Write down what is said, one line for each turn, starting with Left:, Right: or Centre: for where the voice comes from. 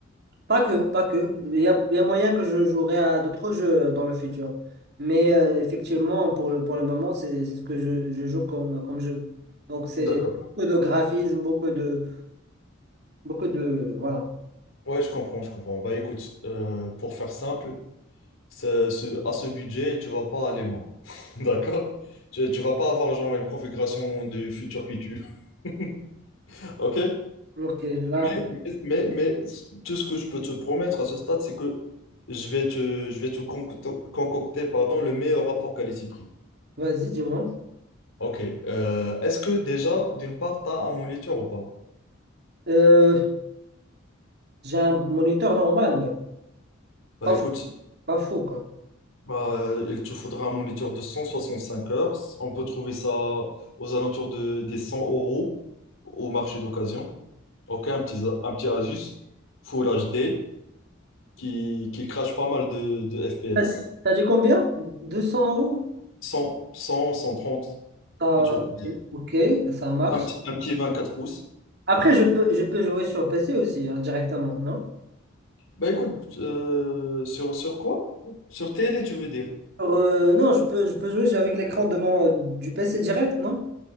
Right: Pas que, pas que. Il y a, il y a moyen que je jouerai à d'autres jeux dans le futur. Mais euh, effectivement, pour le, pour le moment, c'est c'est ce que je, je joue comme, comme jeu. Donc, c'est
Left: D'accord.
Right: beaucoup de graphisme, beaucoup de... Beaucoup de... Voilà.
Left: Ouais, je comprends, je comprends. Bah écoute, euh, pour faire simple, ce- ce- à ce budget, tu vas pas aller loin. <laughs> D'accord? Tu, tu vas pas avoir genre une configuration de futur qui tue. <laughs> OK?
Right: Ok, là,
Left: Mais, mais, mais tout ce que je peux te promettre à ce stade, c'est que je vais te, je vais te concocter, concocter, pardon, le meilleur rapport qualité-prix.
Right: vas-y, dis-moi.
Left: OK. Euh, est-ce que déjà, d'une part, tu as un moniteur ou pas?
Right: Euh, j'ai un moniteur normal, ouais.
Left: Bah
Right: Pas
Left: écoute,
Right: fou, pas fou, quoi.
Left: bah, il te faudra un moniteur de 165 heures. On peut trouver ça aux alentours de, des 100 euros au marché d'occasion. Ok, un petit, un petit Asus Full HD qui, qui crache pas mal de, de FPS.
Right: T'as dit t'as dit combien? 200 euros?
Left: cent cent cent trente
Right: Ah,
Left: un truc comme ça.
Right: ok, ça marche.
Left: Un petit, un petit 24 pouces.
Right: Après, je peux, je peux jouer sur PC aussi, hein, directement, non?
Left: Bah écoute, euh, sur, sur quoi? Sur télé, tu veux dire?
Right: Sur, euh, non, je peux, je peux jouer sur- avec l'écran de mon, du PC direct, non?